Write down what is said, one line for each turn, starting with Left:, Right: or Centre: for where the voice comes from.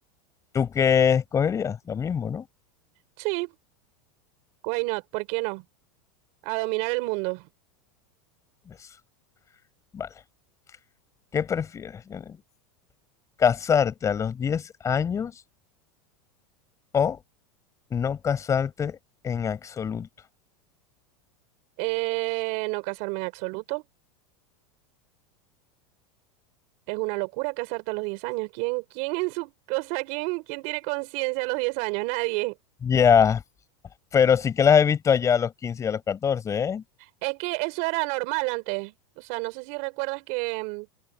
Left: ¿Tú qué escogerías? Lo mismo, ¿no?
Right: Sí, why not? ¿Por qué no? A dominar el mundo.
Left: Eso. Vale. ¿Qué prefieres, Janet? ¿Casarte a los 10 años o no casarte en absoluto?
Right: Eh, no casarme en absoluto. Es una locura casarte a los 10 años. ¿Quién, quién en su cosa, quién, quién tiene conciencia a los 10 años? Nadie.
Left: Ya, pero sí que las he visto allá a los 15 y a los 14, ¿eh?
Right: Es que eso era normal antes. O sea, no sé si recuerdas que mm,